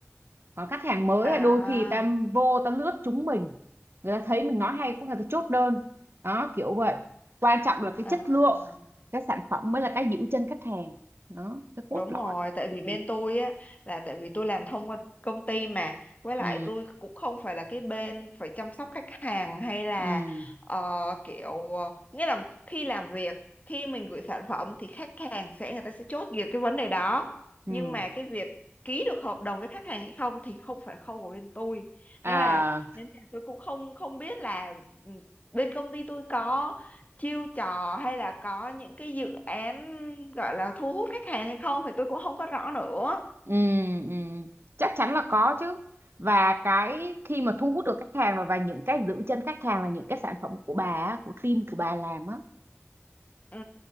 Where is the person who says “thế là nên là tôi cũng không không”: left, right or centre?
Left